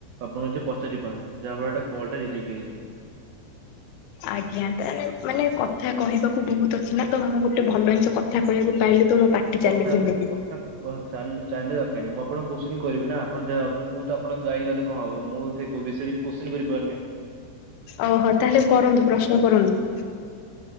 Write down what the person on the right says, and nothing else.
ଆପଣଙ୍କୁ ଯିଏ ପଚାରି ପାରିବେ ଯାହା ଫଳରେ କଲ୍ ଟା ରିଯେକେଟ୍ ହେଇଯିବ।
ତ
କଥା
କଥା ଓ ଚା ଚାଲିବା ଦରକାର ନାହିଁ ମୁଁ ଆପଣକୁ କୋସିି କରିବି ନା ଆପଣ ଯାହାଭାବୁଚନ୍ତି ମୁଁ ତ ଆପଣଙ୍କ ଗାଈ ଗଲେ କଣ୍ ହବ ମୁଁ ସେ କୋଉ ବିଷୟ ରେ କିଛି କୋଶ୍ଚି କରିପାରୁନେ।